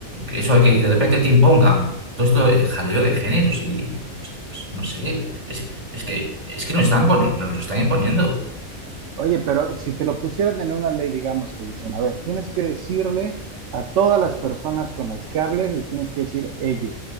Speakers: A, on the right; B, on the right.
A: eso de que de repente te impongan todo esto de jaleo de géneros y, hostia, pues, no sé, es, es que es que nos están poniendo, nos lo están imponiendo.
B: Oye, pero si te lo pusieran en una ley, digamos que dicen, a ver, tienes que decirle a todas las personas con las que hables, les tienes que decir ella.